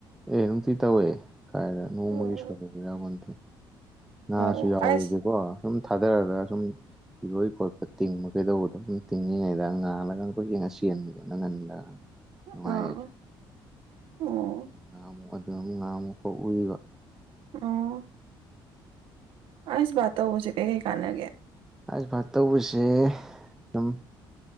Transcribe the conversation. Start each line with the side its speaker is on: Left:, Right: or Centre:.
Centre: ꯑꯦ ꯅꯨꯡꯇꯤ ꯇꯧꯋꯦ ꯀꯥꯏꯗ ꯅꯣꯡꯃꯒꯤ
Right: ꯎꯝ
Centre: ꯁꯣꯏ ꯌꯥꯄꯣꯟꯇꯦ ꯉꯥꯁꯨ
Right: ꯑꯣ
Centre: ꯌꯥꯎꯋꯤꯗꯤꯀꯣ
Right: ꯑꯁ
Centre: ꯁꯨꯝ ꯊꯥꯗꯔꯒ ꯁꯨꯝ ꯏꯔꯣꯏ ꯈꯣꯠꯄ ꯇꯤꯡꯕ ꯀꯩꯗꯧꯕꯗꯣ ꯁꯨꯝ ꯇꯤꯡꯉꯤꯉꯩꯗ ꯉꯥ ꯅꯒ ꯀꯣꯏꯆꯦꯟ ꯆꯦꯟꯕꯗꯣ ꯅꯪ ꯉꯟꯗ ꯅꯨꯡꯉꯥꯏ
Right: ꯑꯥ ꯑꯣ
Centre: ꯉꯥꯃꯨꯛ ꯑꯗꯨ ꯑꯃꯨꯛ ꯉꯥꯃꯨꯛꯈꯥ ꯎꯨꯏꯕ
Right: ꯑꯣ ꯑꯁ ꯕꯥꯠ ꯇꯧꯕꯁꯦ ꯀꯩ ꯀꯩ ꯀꯥꯥꯟꯅꯒꯌꯦ
Centre: ꯑꯥꯏ ꯕꯥꯠ ꯇꯧꯕꯁꯦ ꯑꯗꯨꯝ